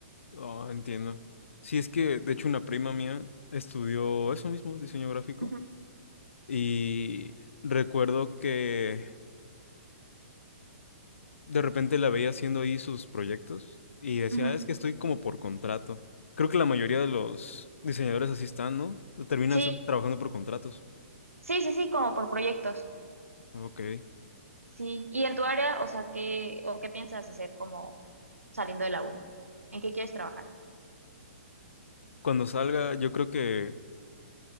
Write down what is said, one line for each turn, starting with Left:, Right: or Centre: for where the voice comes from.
Left: Ah, entiendo. Sí, es que, de hecho, una prima mía estudió eso mismo, diseño gráfico,
Right: Ujú,
Left: y recuerdo que de repente la veía haciendo ahí sus proyectos y decía,
Right: ujú.
Left: "Ah, es que estoy como por contrato. Creo que la mayoría de los diseñadores así están, ¿no? Terminan
Right: Sí,
Left: sa- trabajando por contratos.
Right: sí, sí, sí, como por proyectos.
Left: Ok.
Right: Sí, y en tu área, o sea, ¿qué, o qué piensas hacer como saliendo de la uni? ¿En qué quieres trabajar?
Left: Cuando salga, yo creo que